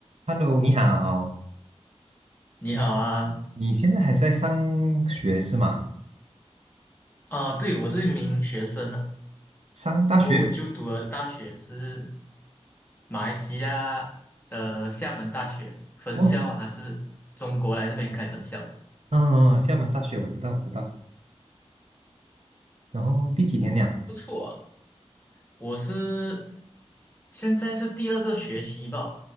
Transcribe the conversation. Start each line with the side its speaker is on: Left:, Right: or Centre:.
Right: Hello，你好，
Left: 你好啊，
Right: 你现在还在上学是吗？
Left: 啊，对，我是一名学生啊，
Right: 上大学？
Left: 然后我就读的大学是马来西亚的厦门大学分校啊，
Right: 哦，
Left: 还是中国来这边开分校，
Right: 嗯，嗯厦门大学我知道，我知道。然后第几年了？
Left: 不错啊。我是现在是第二个学期吧，